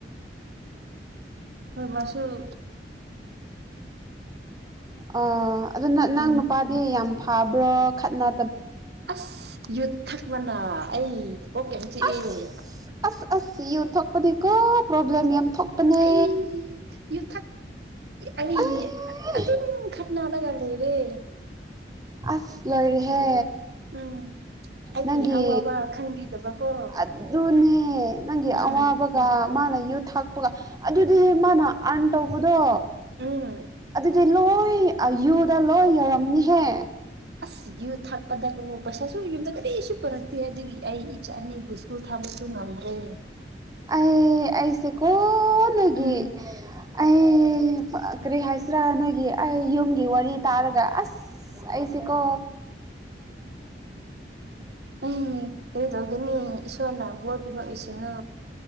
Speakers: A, on the right; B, on the right.
A: ꯍꯣꯏ ꯃꯥꯁꯨꯣ
B: ꯑ ꯑꯗꯨ ꯅꯪ
A: ꯎꯝ
B: ꯅꯨꯄꯥꯗꯤ ꯌꯥꯝ ꯐꯥꯕ꯭ꯔꯣ ꯈꯠꯅ
A: ꯑꯁ ꯌꯨꯠ ꯊꯛꯕꯅ ꯑꯩ ꯍ ꯀ ꯆꯤꯑ
B: ꯑꯁ ꯑꯁ ꯑꯁ ꯌꯨ ꯊꯣꯛꯄꯅꯦꯀꯣ ꯄ꯭ꯔꯣꯕ꯭ꯂꯦꯝ ꯌꯥꯝ ꯊꯣꯛꯄꯅꯦ
A: ꯑꯩ ꯌꯨ ꯑꯩ
B: ꯑꯩ
A: ꯑꯗꯨꯝ ꯈꯠꯅꯥꯗꯒ ꯂꯩꯔꯦ
B: ꯑꯁ ꯂꯩꯔꯤꯍꯦ
A: ꯎꯝ ꯑꯩꯒꯤ
B: ꯅꯪꯒꯤ
A: ꯑꯋꯥꯕ ꯈꯪꯕꯤꯗꯕꯀꯣ
B: ꯑꯣꯅꯦ ꯅꯪꯒꯤ
A: ꯎꯝ
B: ꯑꯋꯥꯕꯒ ꯃꯥꯅ ꯌꯨ ꯊꯥꯛꯄꯒ ꯑꯗꯨꯗꯤ ꯃꯥꯅ ꯑꯥꯔꯟ ꯇꯧꯕꯗꯣ
A: ꯎꯝ
B: ꯑꯗꯨꯗꯤ ꯂꯣꯏ ꯑꯌꯨꯗ ꯂꯣꯏ ꯌꯧꯔꯝꯅꯤꯍꯦ
A: ꯑꯁ ꯌ ꯊꯥꯛꯄꯗ ꯄꯩꯁꯥꯁꯨ ꯌꯨꯝꯗ ꯀꯔꯤꯁꯨ ꯄꯨꯔꯛꯇꯦ ꯑꯗꯨꯒꯤ ꯑꯩ ꯏꯆꯥꯅꯤ ꯕꯨꯁꯨꯀꯨ ꯊꯥꯣꯏ ꯆꯨꯝ ꯉꯝ꯭ꯔꯦ
B: ꯑꯩ ꯑꯩꯁꯤꯀꯣ ꯅꯒꯤ
A: ꯎꯝ
B: ꯑ ꯄ ꯀꯔꯤ ꯍꯥꯏꯁ ꯔ ꯅꯣꯏꯒꯤ ꯑꯩ ꯌꯨꯝꯒꯤ ꯋꯥꯔꯤ ꯇꯥꯔꯒ ꯑꯁ ꯑꯩꯁꯤꯀꯣ
A: ꯎꯝ ꯑ ꯇꯒꯅꯤꯁꯣꯔꯅꯥꯝ ꯋꯥꯔ ꯄꯤꯕ ꯑꯩꯁꯤꯅ